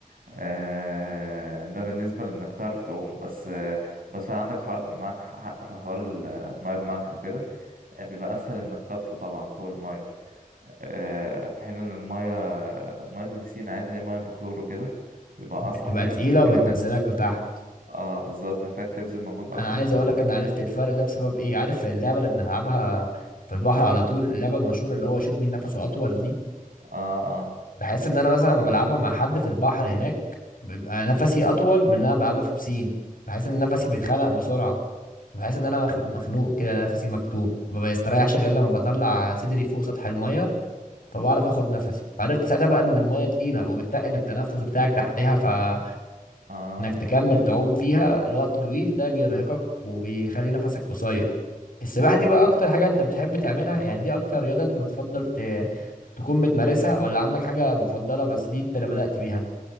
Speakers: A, on the right (about 80°); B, on the left (about 70°).
A: آه، ده بالنسبة لإنك تعرف تعوم بس آه، بس فعلا عندك حر... معاك حق في حوار المية بملح وكده آه، بيبقى أسهل إنك تطفو طبعا فوق المية آه، في حين إن المية مية البسين عادي اللي هي مية بكلور وكده بيبقى
B: بتبقى
A: أصعب فاهمني
B: تقيله
A: محتاج
B: وبتنزلك
A: إنك
B: لتحت
A: اه بالظبط محتاج تبذل مجهود أكبر
B: انا عايز اقول لك ان عرفت الفرق ده بسبب ايه عارف اللعبه اللي بنلعبها في البحر على طول اللعبه المشهوره اللي هو شوف مين نفسه اطول دي
A: اه
B: بحس ان انا مثلا لما بلعبها مع حد في البحر هناك بيبقى نفسي اطول من ان انا بلعبها في بسين بحس ان نفسي بيتخنق بسرعه بحس ان انا مخ- مخنوق كده أنا نفسي مكتوم ما بيستريحش غير لما بطلع صدري فوق سطح الميه فبعرف اخد نفسي فعرفت ساعتها بقى ان الميه تقيله وبتقل التنفس بتاعك تحتها فانك
A: اه, آه.
B: تكمل تعوم فيها لوقت طويل ده بيرهقك وبيخلي نفسك قصير السباحه
A: أيوه
B: دي بقى
A: أيوه
B: اكتر حاجه انت بتحب تعملها يعني دي اكتر رياضه انت بتفضل ت... تكون بتمارسها ولا عندك حاجه مفضله بس دي انت اللي بدأت بيها